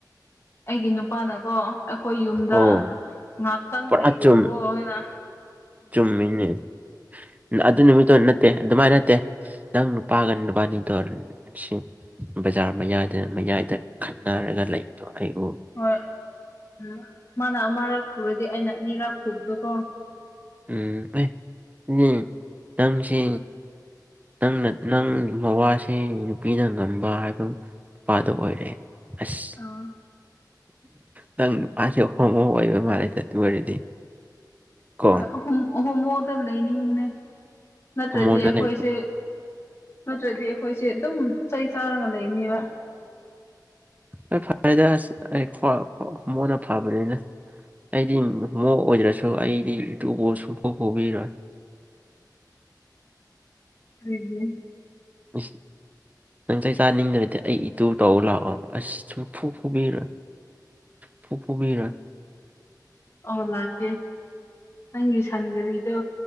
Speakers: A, on the left; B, on the right.
A: ꯑꯩꯒꯤ ꯅꯨꯄꯥꯅꯀꯣ ꯑꯩꯈꯣꯏ ꯌꯨꯝꯗ
B: ꯑꯣ
A: ꯉꯍꯥꯛꯇꯪ
B: ꯄꯨꯔꯥ
A: ꯂꯩꯔꯨꯔꯣꯅꯥ
B: ꯆꯨꯝ ꯆꯨꯝꯃꯤꯅꯦ ꯑꯗꯨ ꯅꯨꯃꯤꯠꯇꯣ ꯅꯠꯇꯦ ꯑꯗꯨꯃꯥꯏꯅ ꯅꯠꯇꯦ ꯅꯪ ꯅꯨꯄꯥꯒ ꯅꯨꯕꯥꯅꯤꯇꯣ ꯁꯤ ꯕꯖꯥꯔ ꯃꯌꯥꯏꯗ ꯃꯌꯥꯏꯗ ꯈꯟꯅꯔꯒ ꯂꯩꯕꯗꯣ ꯑꯩꯕꯨ
A: ꯍꯣꯏ ꯎꯝ ꯃꯥꯅ ꯑꯃꯔꯛ ꯐꯨꯔꯗꯤ ꯑꯩꯅ ꯑꯅꯤꯔꯛ ꯐꯨꯕꯗꯨꯀꯣ
B: ꯎꯝ ꯑꯩ ꯅꯪꯁꯤ ꯅꯪꯅ ꯅꯪ ꯃꯋꯥꯁꯦ ꯅꯨꯄꯤꯅ ꯉꯝꯕ ꯍꯥꯏꯕ ꯅꯨꯄꯥꯗꯣ ꯑꯣꯏꯔꯦ ꯑꯁ
A: ꯑꯥ
B: ꯅꯪ ꯃꯥꯁꯨ ꯍꯣꯃꯣ ꯑꯣꯏꯔ ꯃꯥꯜꯂꯦꯗ ꯑꯗꯨ ꯑꯣꯏꯔꯗꯤ ꯀꯣ
A: ꯍꯣꯏ ꯑꯍꯣ ꯍꯣꯃꯣꯗ ꯂꯩꯅꯤꯡꯕꯅꯦ ꯅꯠꯇ꯭ꯔꯗꯤ
B: ꯍꯣꯃꯣꯗ
A: ꯑꯩꯈꯣꯏꯁꯦ
B: ꯂꯩ
A: ꯅꯠꯇ꯭ꯔꯗꯤ ꯑꯩꯈꯣꯏꯁꯦ ꯑꯗꯨꯝ ꯆꯩ ꯆꯥꯔꯒ ꯂꯩꯅꯦꯕ
B: ꯑ ꯍꯣꯏ ꯐꯔꯦꯗ ꯑꯁ ꯍꯣꯃꯣꯅ ꯐꯕꯅꯤꯅ ꯑꯩꯗꯤ
A: ꯎꯝ
B: ꯍꯣꯃꯣ ꯑꯣꯏꯗ꯭ꯔꯁꯨ ꯑꯩꯗꯤ <unintelligible> ꯁꯨꯡꯕꯨ ꯄꯨꯕꯤꯔꯣꯏ
A: ꯀꯔꯤꯒꯤ
B: ꯃꯁꯤꯁꯤ <unintelligible> ꯅꯪ ꯆꯥꯅꯤꯡꯗꯔꯗꯤ ꯑꯩ ꯏꯇꯨ ꯇꯧ ꯂꯥꯛꯑꯣ ꯑꯁ ꯁꯨꯡ ꯐꯨ ꯐꯨꯕꯤꯔꯣꯢ ꯐꯨ ꯐꯨꯕꯤꯔꯣꯢ
A: ꯑꯣ ꯂꯥꯛꯀꯦ ꯅꯪꯒꯤ ꯁꯟ ꯒꯥꯔꯤꯗꯣ